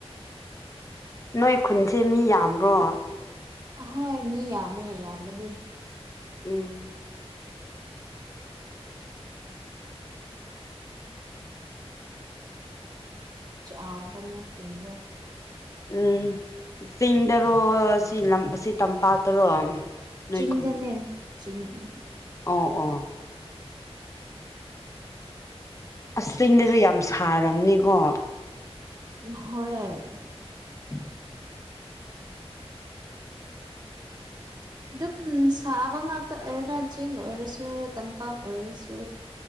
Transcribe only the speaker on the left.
ꯅꯣꯏ ꯈꯨꯟꯁꯦ ꯃꯤ ꯌꯥꯝ꯭ꯔꯣ
ꯎꯝ
ꯎꯝ ꯆꯤꯡꯗꯔꯣ ꯁꯤ ꯂꯝ ꯁꯤ ꯇꯝꯄꯥꯛꯇꯔꯣ ꯅꯣꯏ
ꯈꯨꯟ
ꯑꯣ ꯑꯣ ꯑꯁꯤꯡꯗꯁꯨ ꯌꯥꯝ ꯁꯥꯔꯝꯅꯤꯀꯣ
ꯎꯝ